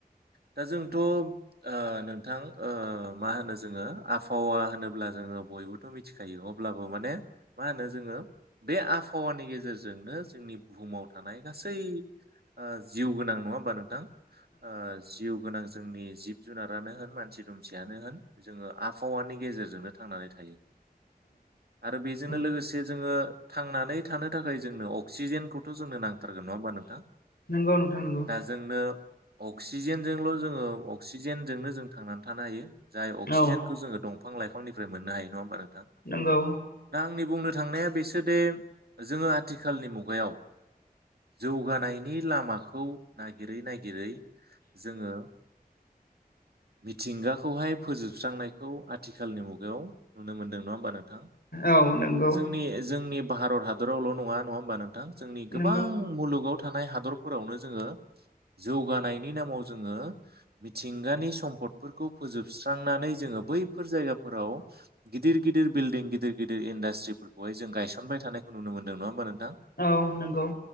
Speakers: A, on the right; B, on the left.
A: दा जोंथ' ओ नोंथां ओ मा होनो जोङो आबहावा होनोब्ला जों ङो बयबोथ' मिथिखायो अब्लाबो माने मा होनो जोङो बे आबहावानि गेजेरजोंनो जोंनि बुहुमाव थानाय गासै ओ जिउ गोनां नङा होमबा नोंथां। ओ जिउ गोनां जोंनि जिब जुनारानो होन मानसि दुमसियानो होन जोङो आबहावानि गेजेरजोंनो थांनानै थायो। आरो बेजोंनो
B: नंगौ
A: लोगोसे जोङो थांनानै थानो थाखाय जोंनो अक्सिजेनखौ थ' जोंनो नांथारगोन नङा होमबा नोंथां।
B: नंगौ नोंथां नंगौ
A: दा जोंनो अक्सिजेनजोंल' जोङो अक्सिजेनजोंनो जों थांनानै थानो हायो। जाय अक्सिजेनखौ
B: औ
A: जोङो दंफां लाइफांनिफ्राय मोननो हायो नङा होनबा नों
B: नंगौ।
A: आंनि बुंनो थांनाया बेसोदे जोङो आथिखालनि मुगायाव जौगानायनि लामाखौ नागिरै नागिरै जोङो मिथिंगाखौहाय फोजोबस्रांनायखौ आथिखालनि मुगायाव नुनो मोनदों नङा होमबा नोंथां।
B: औ नंगौ
A: जोंनि जोंनि भारत हादरावल' नङा नङा होमबा नोंथां। जोंनि गोबां
B: नंगौ
A: मुलुगाव थानाय हादरफोरावनो जोङो जौगानायनि नामाव जोङो मिथिंगानि सम्पदफोरखौ फोजोबस्रांनानै जोङो बैफोर जायगाफोराव गिदिर गिदिर बिल्डिं गिदिर गिदिर इन्डास्ट्रिफोरखौहाय जों गायसनबाय थानायखौ नुनो मोनदों नङा होमबा नों
B: औ नंगौ।